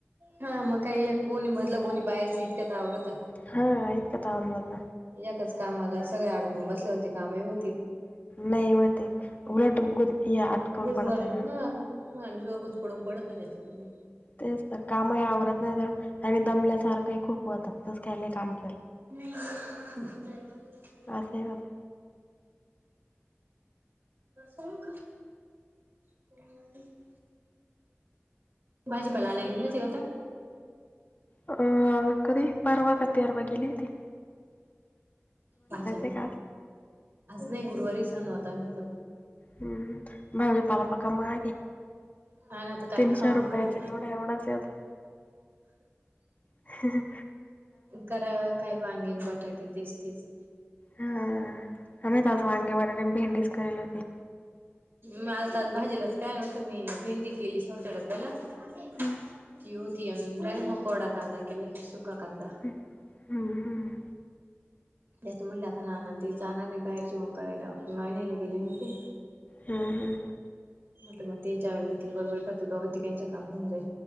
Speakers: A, on the right (about 55°); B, on the left (about 35°).
A: हा मग काय या कोणी मधलं कोणी बाहेरच इतकंत आवरत
B: हा यत कातावल मग
A: एकाच कामाला सगळ्या अडकून बसल्यावरती कामही हो
B: नाही हो ते उलट अटकून
A: गुजमरला
B: पडत आहे माणस
A: हा माणूस वगूच पडून पडत त्याच्यामध्ये
B: तेच तर कामही आवरत नाही तर आणि दमल्यासारखंही खूप होत तस ख्याले काम केलं
A: नाहीधर्मु नाही आहे ना
B: असंही होतं
A: का क भाजी पला आणायला गेली होती का
B: अ कधी परवा का तेरवा गेली हो ती
A: ला आज
B: आहे का
A: नाही गुरुवारी सणू आता आम्ही पण
B: हम्म नी पलपका मागे
A: हा ना आता काय
B: तीनशे
A: खाऊ
B: रुपय
A: काय
B: ेते एवढ एवढाच येतो ह
A: करा काही वांगेन बटाटे तीस तीस
B: हा आम तज वांगे बरा भेंडीच करेल होती
A: म आता तज भाजीलाच काय नव्हतं मी भेंडी केली शेवत्या डब्याला ते
B: हम्म,
A: हो तन डयरेक्ट म कडा कादा केला सुक्खा कादा
B: हम्म हम्म
A: त्यात म्हटले आता नान ते जाणार आहे बाहेर जेवन करायला महिन्याला गेले होते
B: हा हां
A: म्हटलं मग ते ज्यावेला जातील बरोबर का तोघ तिकांचं काम होऊ जाईल